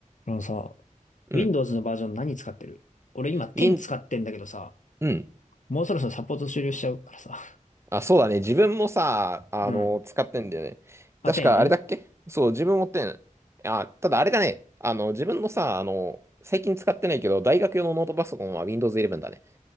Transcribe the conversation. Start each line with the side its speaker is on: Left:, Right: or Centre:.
Left: あのさ、
Right: うん。
Left: Windows のバージョン何使ってる俺今10使ってんだけどさ、
Right: Win、うん。
Left: もうそろそろサポート終了しちゃうからさ。
Right: あ、そうだね。自分もさ、あの、
Left: うん。
Right: 使ってんだよね。
Left: あ、
Right: 確かあれだっけそう、
Left: 10?
Right: 自分持ってん。あ、ただあれだね。あの、自分のさ、あの、最近使ってないけど、大学用のノートパソコンは Windows 11だね。